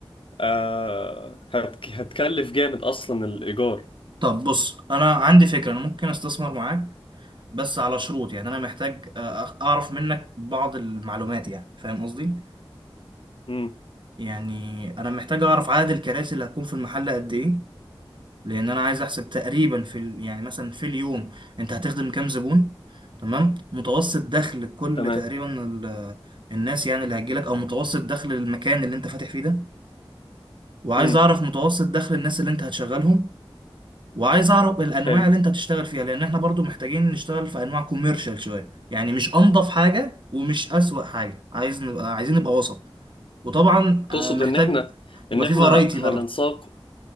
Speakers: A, on the left; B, on the right.
A: آه، هت- هتكلف جامد اصلا الايجار
B: طب بص انا عندي فكرة انا ممكن استثمر معاك بس على شروط يعني انا محتاج آه، اعرف منك بعض المعلومات يعني فاهم قصدي
A: امم
B: يعني انا محتاج اعرف عدد الكراسي اللي هتكون في المحل قد ايه لان انا عايز احسب تقريبا في ال... يعني مثلا في اليوم انت هتخدم كام زبون تمام متوسط دخل كل
A: تمام
B: تقريبا ال... الناس يعني اللي هتجيلك او متوسط دخل المكان اللي انت فاتح فيه ده وعايز
A: امم
B: اعرف متوسط دخل الناس اللي انت هتشغلهم وعايز اعرف الانواع
A: حلو
B: اللي انت هتشتغل فيها لان احنا برضو محتاجين نشتغل في انواع كوميرشال شويه يعني مش انضف حاجه ومش اسوأ حاجه عايز نبقى عايزين نبقى وسط وطبعا
A: تقصد
B: آه، محتاج
A: ان احنا
B: يبقى
A: ان احنا
B: في فرايتي
A: هننساق
B: برضو